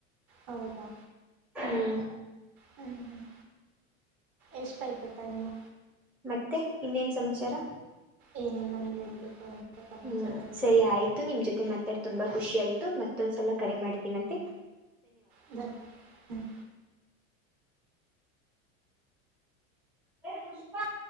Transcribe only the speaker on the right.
ಹೌದಾ
ಹ್ಮ್ ಹ್ಮ್ ಎಷ್ಟುಐ್ತ ೈನು
ಏನಿಲ್ಲ ನೀಗೆ ಹೇಳ್ಬೇಕು ಅಂತ ಸಮಾಚಾರನೇ
ಹ್ಮ ಹ್ಮ್